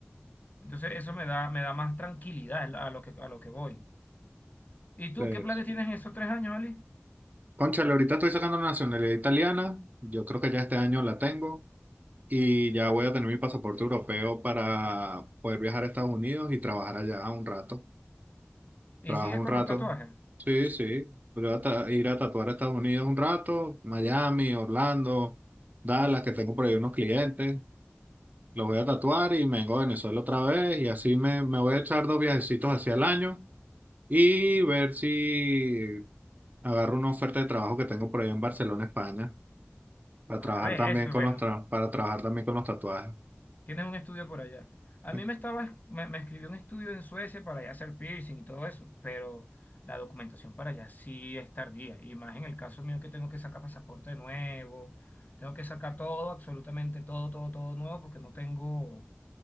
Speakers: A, on the left (about 40°); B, on the right (about 40°).
A: Entonces eso me da, me da más tranquilidad a lo que, a lo que voy. ¿Y tú
B: Entonces,
A: qué planes tienes en esos tres años, Ali?
B: cónchale, ahorita estoy sacando la nacionalidad italiana, yo creo que ya este año la tengo y ya voy a tener mi pasaporte europeo para poder viajar a Estados Unidos y trabajar allá un rato.
A: ¿Y
B: Trabajo
A: sigues
B: un
A: con
B: rato.
A: los tatuajes?
B: Sí, sí. Voy a ta- ir a tatuar a Estados Unidos un rato, Miami, Orlando, Dallas, que tengo por ahí unos clientes. Los voy a tatuar y me vengo a Venezuela otra vez y así me, me voy a echar dos viajecitos hacia el año y ver si agarro una oferta de trabajo que tengo por ahí en Barcelona, España, para
A: A
B: trabajar
A: ver,
B: también
A: eso
B: con
A: es bueno.
B: los tra- para trabajar también con los tatuajes.
A: Tienes un estudio por allá. A
B: Pues,
A: mí me estaba, me, me escribió un estudio en Suecia para ya hacer piercing y todo eso, pero la documentación para allá sí es tardía. Y más en el caso mío que tengo que sacar pasaporte nuevo, tengo que sacar todo, absolutamente todo, todo, todo nuevo, porque no tengo,